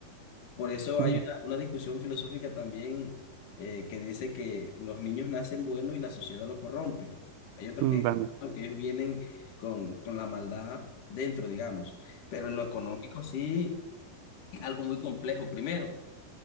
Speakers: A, on the left; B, on the right.
A: Por eso
B: Mm,
A: hay una, una discusión filosófica también eh, que dice que los niños nacen buenos y la sociedad los corrompe. Hay otros
B: mm,
A: que dicen
B: Vale.
A: "No, que ellos vienen con, con la maldad dentro, digamos. Pero en lo económico sí, algo muy complejo primero,